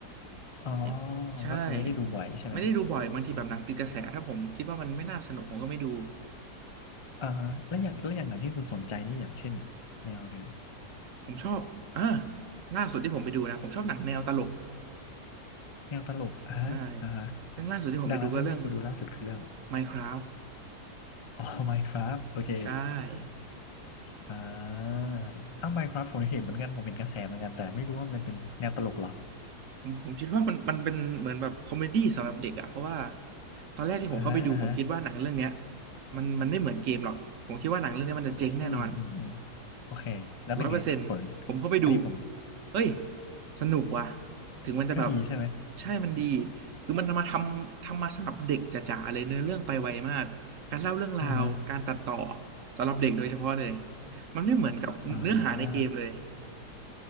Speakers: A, on the left; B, on the right.
A: อ๋อ
B: ๆอย่างใช่
A: ก็คือไม่ได้ดูบ่อยใช่ไหม
B: ไม่ได้ดูบ่อยบางทีแบบหนังติดกระแสถ้าผมคิดว่ามันไม่น่าสนุกผมก็ไม่ดู
A: อ่าฮะแล้วอย่างแล้วอย่างหนังที่คุณสนใจนี่อย่างเช่นแนวแนว
B: ผมชอบอ่าล่าสุดที่ผมไปดูนะ ผมชอบหนังแนวตลก
A: แนวตลกอ่าฮะอ่าฮะ
B: ใช่เรื่องล่าสุดที่ผมไปดูก็เรื่อง
A: ดังนั้นเรื่องที่คุณดูล่าสุดคือเรื่อง
B: Minecraft
A: <laughs> อ๋อ Minecraft โอเค
B: ใช่
A: อ่าอ้าว Minecraft ผมเห็นเหมือนกันผมเห็นกระแสเหมือนกันแต่ไม่รู้ว่ามันเป็นแนวตลกเหรอ
B: ผมผมคิดว่ามันมันเป็นเหมือนแบบคอมเมดี้สำหรับเด็กอะเพราะว่าตอนแรกที่ผมเข้าไปดูผมคิดว่าหนังเรื่องเนี้ย
A: อ่าฮะอ่าฮะ
B: มันมันไม่เหมือนเกมหรอกผมคิดว่าหนังเรื่องเนี้ยมันจะเจ๊งแน่นอน
A: อืมอืมอืมโอเคแล้วเป็นไงผล
B: ร้อยเปอร์เซ็นต์ผมเข้าไปดู
A: อันนี้ผม
B: เฮ้ยสนุกว่ะ ถึงมันจะแบบ
A: ก็ดีใช่ไหม
B: ใช่มันดี คือมันทำมาทำทำมาสำหรับเด็กจ๋าๆเลยเนื้อเรื่องไปไวมาก การเล่าเรื่องราว
A: อ่าฮะ
B: การตัดต่อสำหรับเด็กโดยเฉพาะเลย มันไม่เหมือนกับเนื้อหาในเกมเลย
A: อ่า